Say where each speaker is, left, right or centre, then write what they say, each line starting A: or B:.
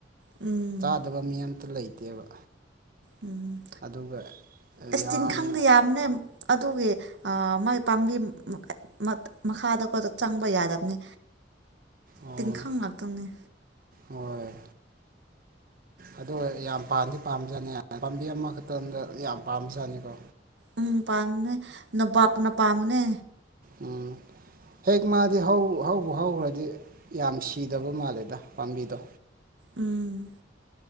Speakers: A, on the right (about 75°); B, on the right (about 50°).
A: ꯎꯝ
B: ꯆꯥꯗꯕ ꯃꯤ ꯑꯝ ꯂꯩꯇꯦꯕ
A: ꯎꯝ
B: ꯑꯗꯨꯒ
A: ꯑꯁ
B: ꯌꯥꯝꯅ
A: ꯇꯤꯟꯈꯪꯗꯤ ꯌꯥꯝꯕꯅꯦ ꯑꯗꯨꯒꯤ ꯑ ꯃꯥꯏ ꯄꯥꯝꯕꯤ <unintelligible> ꯃꯈꯥꯗꯀ ꯆꯪꯕ ꯌꯥꯗꯕꯅꯤ
B: ꯑꯣ
A: ꯇꯤꯟꯈꯥꯡ ꯉꯥꯛꯇꯧꯅꯦ
B: ꯍꯣꯏ ꯑꯗꯣ ꯌꯥꯝ ꯄꯥꯝꯗꯤ ꯄꯥꯝꯕꯖꯥꯅꯤ ꯄꯥꯝꯕꯤ ꯑꯃꯈꯛꯇꯪꯗ ꯌꯥꯝ ꯄꯥꯝꯕꯖꯥꯠꯅꯤꯀꯣ
A: ꯎꯝ ꯄꯥꯝꯅꯦ ꯅ ꯄꯞꯅ ꯄꯥꯝꯅꯦ
B: ꯎꯝ ꯍꯦꯛ ꯃꯥꯗꯤ ꯍꯧꯕ ꯍꯧꯈ꯭ꯔꯗꯤ ꯌꯥꯝ ꯁꯤꯗꯕ ꯃꯥꯜꯂꯦꯗ ꯄꯥꯝꯕꯤꯗꯣ
A: ꯎꯝ